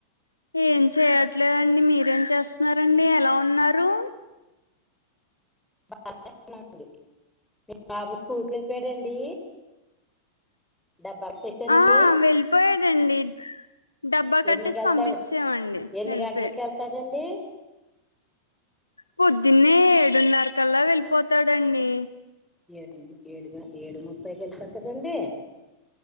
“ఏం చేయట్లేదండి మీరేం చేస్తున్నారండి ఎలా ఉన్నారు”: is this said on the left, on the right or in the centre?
Left